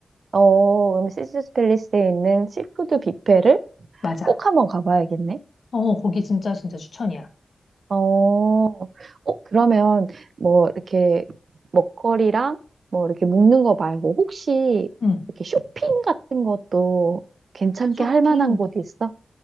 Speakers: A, on the right; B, on the left.
A: 어, 시즈스 팰리스에 있는 시푸드 뷔페를
B: 맞아.
A: 꼭 한번 가봐야겠네.
B: 어, 거기 진짜 진짜 추천이야.
A: 어, 어, 그러면 뭐 이렇게 먹거리랑 뭐 이렇게 먹는 거 말고 혹시
B: 응.
A: 이렇게 쇼핑 같은 것도 괜찮게
B: 쇼핑
A: 할 만한 곳 있어?